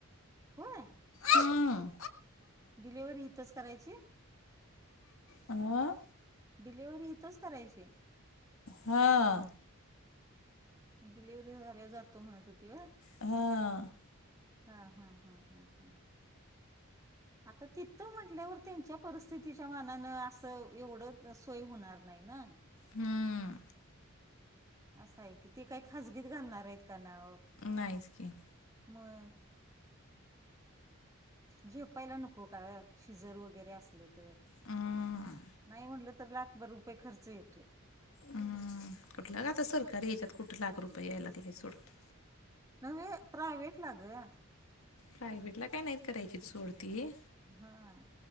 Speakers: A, on the right; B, on the left.
A: होय?
B: हम्म.
A: डिलिव्हरी इथंच करायची.
B: हा?
A: डिलवर्ही इथंच करायची.
B: हा.
A: डिलिव्हरी झाल्या जातो म्हणात होती व्हय.
B: हा.
A: हा हा, हा हा हा. आता तिथं म्हटल्यावर, त्यांच्या परिस्थितीच्या मनानं असं एवढं सोय होणार नाही ना.
B: हम्म.
A: असं आहे की, ते काही खाजगीत घालणार आहेत का नाव?
B: नाहीच की.
A: मग झेपायला नको का ग? शिजर वगैरे असल तर?
B: हम्म
A: नाही म्हटलं तर लाखभर रुपये खर्च येतोय.
B: हम्म, कुठल का आता सरकारी याच्यात कुठे लाख रुपये यायला तय सोडत.
A: नव्हे प्रायव्हेटला ग.
B: प्रायव्हेटला काय नाहीत करायची सोडती.
A: हा.